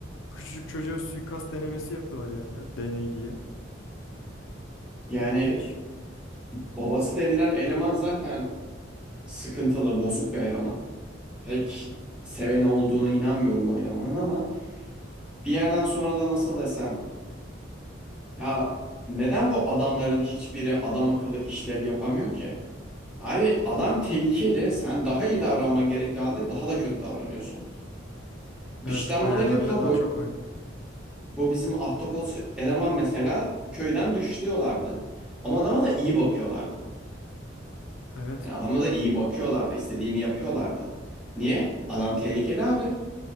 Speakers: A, on the left; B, in the centre.
A: Küçücük çocuğa suikast denemesi yapıyorlar yani ya deney diye.
B: yani
A: İlginç.
B: babası denilen eleman zaten sıkıntılı, bozuk bir eleman. Pek seveni olduğuna inanmıyorum o elemanın ama Bir yerden sonra da nasıl desem ya neden bu adamların hiçbiri adam akıllı işlev yapamıyor ki? Abi adam tehlikeli sen daha iyi davranman gerektiği halde daha da kötü davranıyorsun. Dışlanmaları
A: Evet ayarlarla
B: kabul.
A: daha çok oynuyor.
B: Bu bizim ahtapot eleman mesela köyden dışlıyorlardı. Ama adama da iyi bakıyorlardı.
A: Evet.
B: Yani adama da iyi bakıyorlardı, istediğini yapıyorlardı. Niye? Adam tehlikeli abi.